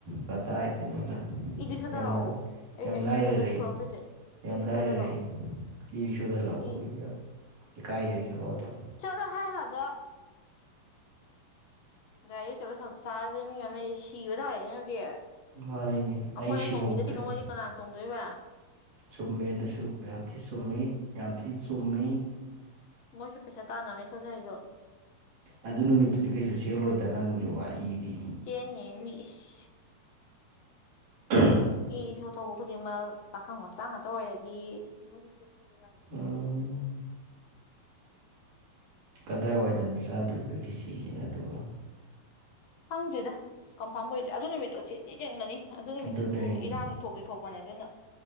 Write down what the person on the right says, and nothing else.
ꯀꯗꯥꯏꯗꯣꯏꯅꯣꯗ
ꯌꯥꯝ
ꯌꯥꯝ
ꯂꯥꯏꯔꯔꯦ
ꯌꯥꯝ
ꯂꯥꯏꯔꯔꯦ
ꯏꯔꯤꯛꯁꯣꯗ ꯂꯥꯛꯎꯕꯒꯤ
ꯌꯥꯝ ꯏꯀꯥꯏꯖꯩ ꯆꯠꯂꯣꯗ
ꯃꯥꯅꯤꯅꯦ ꯑꯩ ꯁꯤꯍꯧꯗ꯭ꯔꯦ
ꯆꯨꯝꯃꯦ ꯑꯗꯨꯁꯨ ꯌꯥꯝ ꯊꯤ ꯆꯨꯝꯃꯤ ꯌꯥꯝ ꯊꯤ ꯆꯨꯝꯃꯤ
ꯑꯗꯨ ꯅꯨꯃꯤꯠꯇꯨꯗꯤ ꯀꯩꯁꯨ ꯆꯦꯜꯂꯣꯏꯗ ꯅꯪꯁꯨ ꯋꯥꯔꯤꯗꯤ
ꯑꯥ <unintelligible>
ꯎꯝ
ꯀꯗꯥꯏꯋꯥꯏꯗꯅꯣ ꯆꯥꯗꯧꯔꯤꯕ ꯈꯦꯁꯤꯁꯤꯅ ꯑꯗꯨꯒ
ꯑꯗꯨꯅꯦ